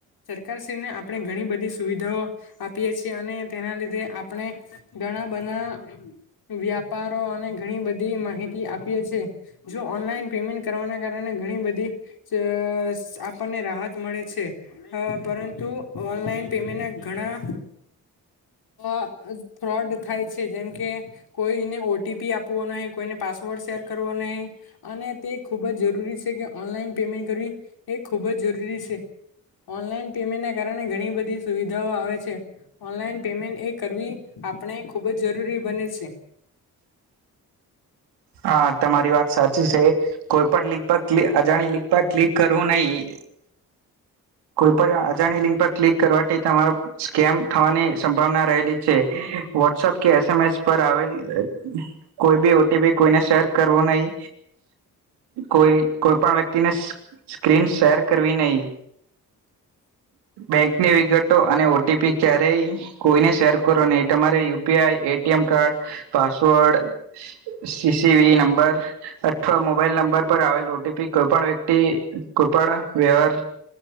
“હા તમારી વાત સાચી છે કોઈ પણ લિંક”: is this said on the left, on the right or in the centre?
Right